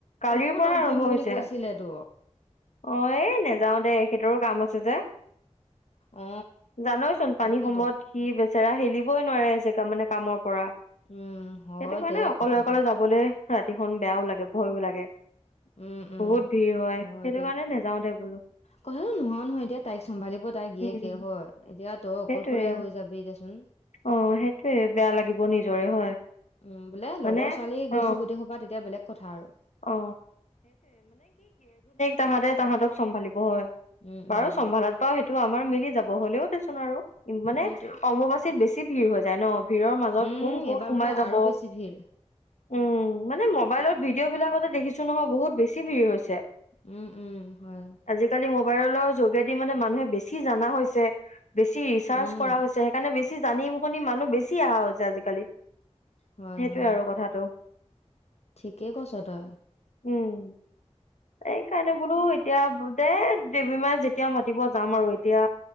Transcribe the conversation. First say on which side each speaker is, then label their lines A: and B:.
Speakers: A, on the left; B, on the left.
A: কালিৰ
B: তোকো
A: পৰা
B: লগ ধৰিম
A: আৰম্ভ
B: বুলি
A: হৈছে।
B: কৈছিলেতো
A: অ' এই নেযাও দে এখেতৰো কাম আছে যে,
B: অ
A: জানইচোন
B: তাকেতো
A: পানী সময়ত, সি বেচেৰা হিলি বই নোৱাৰে, জেগা মানে কামৰ পৰা
B: উম, হয়
A: সেইটো কাৰণে
B: দে
A: অকলে
B: কথাটো।
A: অকলে যাবলৈ ৰাতিখন বেয়াও লাগে, ভয়ো লাগে।
B: উম উম
A: বহুত ভিৰ হয়।
B: হয়
A: সেইটো
B: দে।
A: কাৰণে নেযাও দে বোলো
B: কথাটো নহও নহয় এতিয়া তাইক চম্ভালিব তাই জীয়েেকে
A: উম
B: হয়, এতিয়া তই অকলশৰীয়া
A: সেইটোয়ে
B: হৈ যাবি এতিয়াচোন।
A: অ সেইটোয়ে বেয়া লাগিব নিজৰে হয়
B: উম বোলে
A: মানে
B: লগৰ ছোৱালী
A: অ
B: গৈছো গোটেই সোপা তেতিয়া বেলেগ কথা আৰু।
A: অ তাহাঁতে-তাহাঁতক চম্ভালিব হয়।
B: উম
A: বাৰু
B: উম
A: চম্ভালত ব সেই এইটো আমাৰ মিলি যাব হ'লেও দেচোন আৰু। উ মানে
B: সেইটোৱে
A: অম্বুবাচিত বেছি ভিৰ হৈ যায় ন? ভিৰৰ মাজত
B: উম
A: কোন কত
B: এইবাৰ
A: সোমাই
B: বোলে
A: যাব।
B: আৰু বেছি ভিৰ
A: উম। মানে মোবাইলত ভিডিঅ' বিলাকতে দেখিছো নহয় বহুত বেছি ভিৰ হৈছে।
B: উম-উম হয়।
A: আজিকালি মোবাইলৰ যোগেদি মানে মানুহে বেছি জানা হৈছে। বেছি ৰিচাৰ্চ
B: উম
A: কৰা হৈছে সেইকাৰণে বেছি বেচি জানিম বুলি মানুহ বেছি আও আজিকালি।
B: হয়-হয়
A: সেইটোয়ে আৰু কথাটো
B: ঠিকেই কৈছ তই।
A: উম। এইকাৰণে বোলো এতিয়া দে দেৱী মাই যেতিয়া মাতিব যাম আৰু এতিয়া